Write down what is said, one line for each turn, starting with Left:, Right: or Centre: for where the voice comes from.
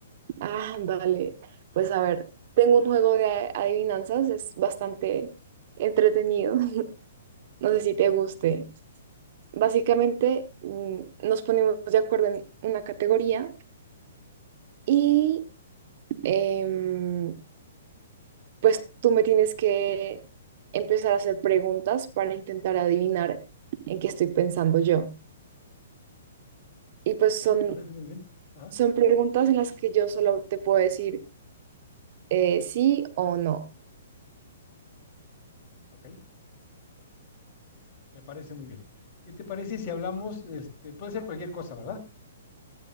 Right: Ah, vale, Pues a ver, tengo un juego de adivinanzas, es bastante entretenido. <laughs> No sé si te guste. Básicamente, mm, nos ponemos de acuerdo en una categoría y em, pues tú me tienes que empezar a hacer preguntas para intentar adivinar en qué estoy pensando yo. Y pues son,
Left: Ok, me parece muy bien. Ajá,
Right: son preguntas en las que yo solo te puedo decir eh, sí o no.
Left: ok, me parece muy bien. ¿Qué te parece si hablamos, este, puede ser cualquier cosa, ¿verdad?